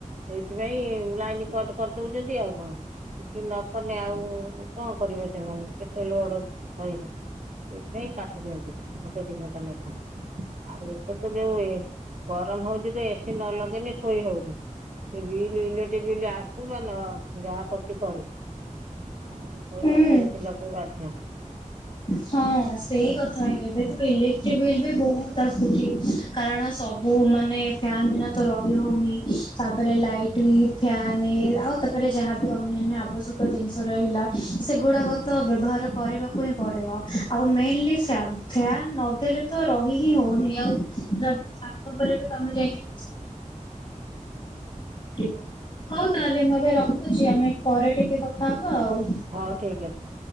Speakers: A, on the right; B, on the left.
A: ସେଇଥିପାଇଁ ଲାଇନ୍ କଟ କରିଦଉଛନ୍ତି। ଆଉ କଣ? କିଛି ନକଲେ ଆଉ କଣ କରିବେ ସେମାନେ କେତେ ଲୋଡ ସହିବ। ସେଇଥିପାଇଁ କାଟି ଦିଅନ୍ତି ଘଣ୍ଟେ ଦିଘଣ୍ଟା ଲେଖା। ଆଉ ଏପଟେ ଯୋଉ ଗରମ ହଉଛି ତ ଏସି ନ ଲଗେଇଲେ ଶୋଇ ହଉନି। ସେ ବିଲ ଇଲେକ୍ଟ୍ରି ବିଲ୍ ଆସୁ ବା ନ ଆସୁ ସେ ଯାହା କରୁଚି କରୁ। ଶୋଇବାକୁ
B: ହୁଁ।
A: କୁ ତ ଏସି ଲଗେଇବାକୁ ବାଧ୍ୟ।
B: ହଁ ସେଇ କଥା ହିଁ। ଏବେ ତ ଇଲେକ୍ଟ୍ରି ବିଲ୍ ବି ବହୁତ ଆସୁଚି। କାରଣ ସବୁ ମାନେ ଫ୍ୟାନ ବିନା ତ ରହି ହଉନି। ତାପରେ ଲାଇଟି ଫ୍ୟାନେ ଆଉ ତାପରେ ଯାହାବି ଅନ୍ୟାନ୍ୟ ଆବଶ୍ୟକ ଜିନିଷ ରହିଲା ସେଗୁଡାକ ତ ବ୍ୟବହାର କରିବାକୁ ହିଁ ପଡିବ। ଆଉ ମେନଲି ପ୍ୟାନ ଫ୍ୟାନ ନଦେଲେ ତ ରହି ହିଁ ହଉନି ଆଉ। ଯଦି ଛାତ ଉପରେ ବି ତମେ ଯାଇଙ୍କି <unintelligible> ହଉ ତାହେଲେ ମୁଁ ଏବେ ରଖୁଛି ଆମେ ପରେ ଟିକେ କଥା ହବା ଆଉ।
A: ହଉ ଠିକ ଅଛି।